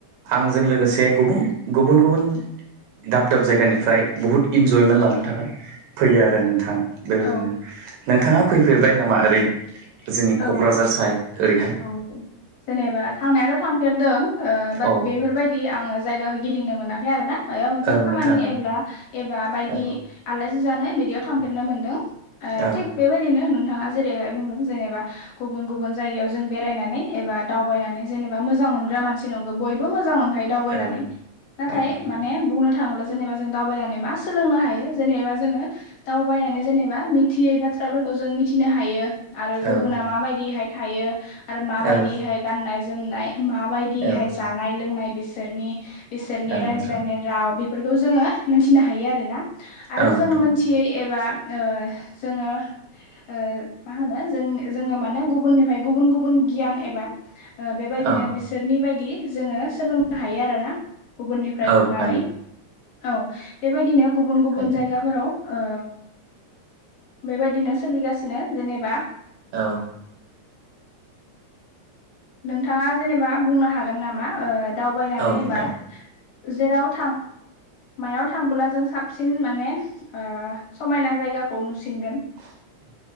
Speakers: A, on the right; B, on the left.
A: आं जों लोगोसे गुबुन गुबुन गुबुन दाब दाब जायगानिफ्राय बहुत इन्जयमेन्ट लानो थाखाय फैयो आरो नोंथां बेबायदिनो
B: औ
A: नोंथाङा फैफेरबाय नामा ओरै जोंनि
B: औ
A: क'क्राझार साइद ओरैहाय
B: औ जेनेबा थांनायाथ' थांफेरदों ओ बाट
A: औ
B: बेफोरबायदि आङो जायगाखौ गिदिंनो मोनाखै खै आरो ना माबा मोनसे
A: औ
B: खामानि
A: नोंथां
B: एब्ला एबा
A: औ
B: बायदि आलासि जानो बिदियाव थां फेरनो मोनदों ओ
A: औ
B: थिग बेबायदिनो नोंथाङा जेरैहाय बुंदों जेनेबा गुबुन गुबुन जायगायाव जों बेरायनानै एबा दावबायनानै जेनेबा मोजां मोनग्रा मानसि नंगौ बयबो मोजां मोन खायो दावबायनानै
A: औ
B: नाथाय
A: औ नोंथां
B: माने बुंनो था थाङोब्ला जेनेबा जों दावबायनानै मा सोलोंनो हायो जेनेबा जोङो दावबायनानै जेनेबा मिथियै बा थ्राफोरखौ जों मिथिनो हायो आ गुबुना
A: औ
B: माबायदिहाय थायो आरो माबायदिहाय
A: औ
B: गाननाय जोमनाय माबायदिहाय
A: औ
B: जानाय लोंनाय बिसोरनि बिसोरनि
A: औ
B: रायज्लायनाय
A: नोंथां
B: राव बेफोरफोरखौ जोङो मोनथिनो हायो आरो ना आरो
A: औ
B: जों
A: नोंथां
B: मोनथियै एबा ओ जोङो ओ मा होनो जोंनि जोङो माने गुबुननिफ्राय गुबुन गुबुन गियान एबा ओ बेबायदिनो
A: औ
B: बिसोरनि बायदि जोङो सोलोंनो हायो आरोना। गुबुननिफ्राय
A: औ
B: नुनानै
A: हायो
B: औ बेबायदिनो गुबुन गुबुन
A: हायो
B: जायगाफोराव ओ बेबायदिनो सोलिगासिनो जेनेबा
A: औ
B: नोंथाङा जेनेबा बुंनो हागोन नामा ओ दावबायनानै
A: औ
B: एबा
A: नोंथां
B: जेराव थां मायाव थांबोला जों साबसिन माने ओ समायना जायगाखौ नुसिनगोन।
A: <unintelligible>